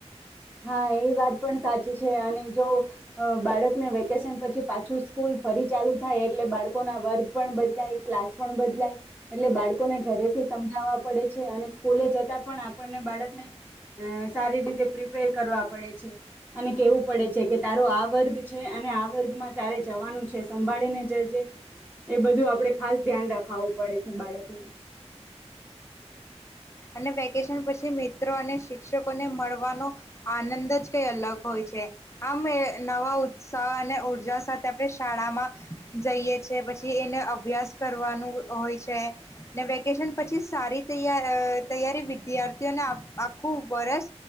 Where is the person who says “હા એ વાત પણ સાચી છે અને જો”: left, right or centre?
Right